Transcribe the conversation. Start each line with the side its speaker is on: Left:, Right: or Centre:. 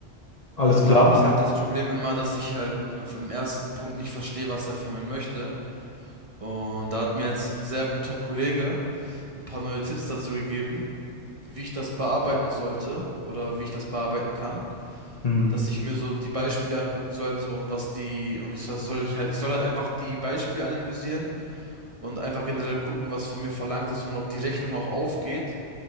Left: Alles
Right: Weil
Left: klar?
Right: da habe ich halt das Problem immer, dass ich halt im, im ersten Punkt nicht verstehe, was er von mir möchte. Und da hat mir jetzt ein sehr guter Kollege ein paar neue Tipps dazu gegeben, wie ich das bearbeiten sollte oder wie ich das bearbeiten kann.
Left: Hm.
Right: Dass ich mir so die Beispiele angucken sollte und was die, und ich soll, soll ich halt, ich soll halt einfach die Beispiele analysieren und einfach generell gucken, was von mir verlangt ist und ob die Rechnung auch aufgeht